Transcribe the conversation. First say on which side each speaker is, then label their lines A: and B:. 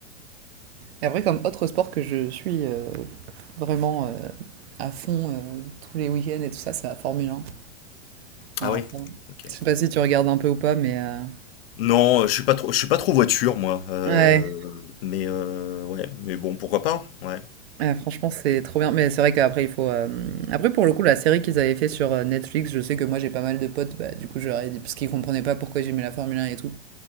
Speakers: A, on the right (about 60°); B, on the left (about 55°).
A: Et après, comme autre sport que je suis euh, vraiment euh, à fond euh, tous les week-ends et tout ça, c'est la Formule 1. Alors,
B: Ah oui?
A: ça,
B: Ok.
A: je sais pas si tu regardes un peu ou pas, mais euh,
B: Non, euh, je suis pas trop, je suis pas trop voiture moi, euh,
A: ouais,
B: mais euh, ouais, mais bon, pourquoi pas, ouais.
A: Ouais, franchement, c'est trop bien. Mais c'est vrai qu'après, il faut. euh, Après, pour le coup, la série qu'ils avaient fait sur euh, Netflix, je sais que moi, j'ai pas mal de potes, bah, du coup, je leur ai dit, parce qu'ils comprenaient pas pourquoi j'aimais la Formule 1 et tout.